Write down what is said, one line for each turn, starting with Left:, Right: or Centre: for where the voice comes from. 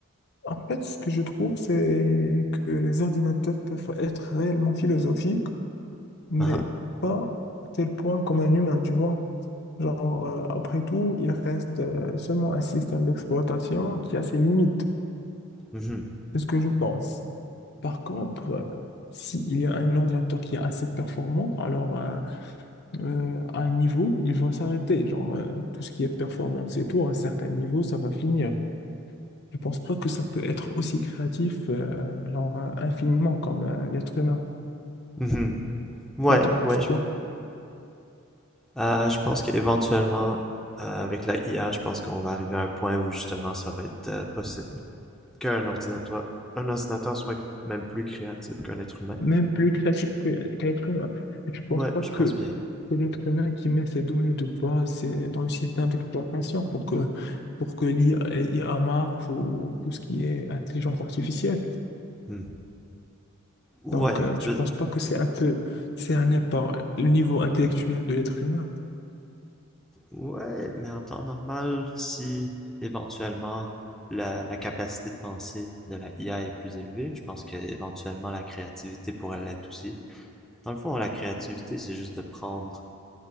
Left: En fait, ce que je trouve, c'est que les ordinateurs peuvent être réellement philosophiques, mais
Centre: Ah ah.
Left: pas à tel point comme un humain, tu vois. Genre, euh, après tout, il reste euh, seulement un système d'exploitation qui a ses limites,
Centre: Mhm.
Left: c'est ce que je pense. Par contre, euh, s'il y a un ordinateur qui est assez performant, alors euh, euh, à un niveau, il va s'arrêter. Genre, euh, tout ce qui est performance et tout, à un certain niveau, ça va finir. Je pense pas que ça peut être aussi créatif, euh, genre, euh, infiniment comme euh, l'être humain.
Centre: Mhm. Ouais,
Left: Toi, t'en penses
Centre: ouais.
Left: quoi?
Centre: Je, euh, je pense qu'éventuellement euh, avec la IA, je pense qu'on va arriver à un point où justement ça va être euh, possible. qu'un ordinateur, un ordinateur soit même plus créatif qu'un être humain.
Left: Même plus créatif que, que l'être humain. Et tu penses
Centre: Ouais,
Left: pas
Centre: je
Left: que
Centre: pense bien.
Left: c'est l'être humain qui met ses données de base euh, dans le système d'exploitation pour que, pour que l'IA marche ou tout ce qui est intelligence artificielle.
Centre: Hmm. Ouais,
Left: Donc, euh, tu
Centre: tu...
Left: penses pas que c'est un peu cerné par le niveau intellectuel de l'être humain?
Centre: ouais, mais en temps normal, si éventuellement la, la capacité de penser de la IA est plus élevée, je pense qu'éventuellement la créativité pourrait l'être aussi. Dans le fond, la créativité, c'est juste de prendre